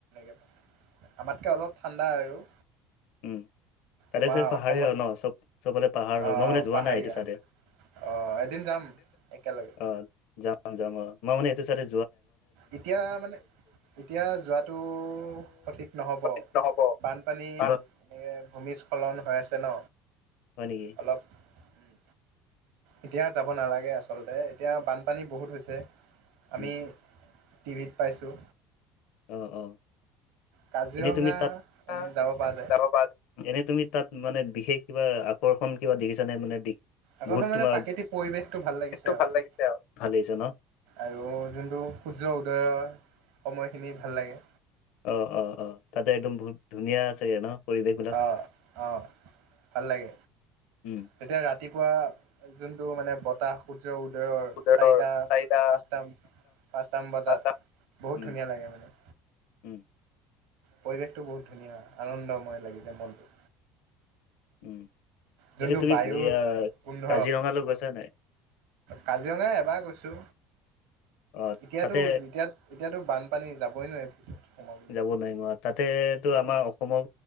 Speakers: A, on the right; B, on the left.
A: আমাতকৈ অলপ ঠাণ্ডা আৰু।
B: উম, তাতে
A: আমাৰ
B: চ পাহাৰেই
A: অসমত
B: হয় ন চব চবে পাহাৰ
A: আহ
B: হয় মই মানে যোৱা
A: পাহাৰীয়া
B: নাই এইটো চাইদে,
A: আহ এদিন যাম একেলগে,
B: অ', যাম অ, মই মানে এইটো চাইদে
A: এতিয়া মানে এতিয়া যোৱাটো সঠিক নহ'ব।
B: সঠিক নহ'ব কিবা
A: বানপানী
B: কাৰণ
A: এ ভূমিস্খলন হৈ আছে ন'
B: হয় নেকি?
A: অলপ উম, এতিয়া যাব নালাগে আচলতে এতিয়া বানপানী বহুত হৈছে। আমি
B: উম,
A: টিভিত পাইছোঁ।
B: অ' অ'
A: কাজিৰঙা
B: এনেই তুমি তাত
A: এনে
B: অ,
A: যাব পৰা যায়
B: যাব পাৰা এনেই তুমি তাত মানে বিশেষ কিবা আকৰ্ষণ কিবা দেখিছা নাই মানে।
A: আগখন
B: বহুত
A: মানে
B: তোমাৰ
A: প্ৰাকৃতিক পৰিৱেশটো ভাল লাগিছে
B: টো
A: আৰু
B: ভাল লাগিছে ভাল লাগিছে ন
A: আৰু যোনটো সূৰ্য উদয়ৰ সময়খিনি ভাল লাগে
B: অ - অ - অ তাতে একদম বহুত ধুনীয়া চাগে ন। পৰিৱেশবিলাক
A: অ- অ ভাল লাগে
B: উম।
A: তেতিয়া ৰাতি। ৰাতিপুৱা যোনটো মানে বতাহ উদয়ৰ
B: উদয়ৰ
A: চাৰিটা
B: চাৰিটা
A: পাঁচটা পাঁচটামান বজাত
B: পাঁচটা
A: বহুত
B: উম।
A: ধুনীয়া লাগে মানে
B: উম,
A: পৰিৱেশটো বহুত ধুনীয়া আনন্দময় লাগি যাই মনটো।
B: উম,
A: যোনটো
B: এতিয়া তুমি
A: বায়ুৰ
B: এয়া
A: গোন্ধ
B: কাজিৰঙালৈ গৈছা নাই।
A: কাজিৰঙা এবাৰ গৈছো
B: অ',
A: এতিয়াতো
B: তাতে
A: যেতিয়া এতিয়াতো বানপানী যাব। গৈ নোৱাৰি। সোমাব
B: যাব নোৱাৰিম তাতেতো আমাৰ অসমৰ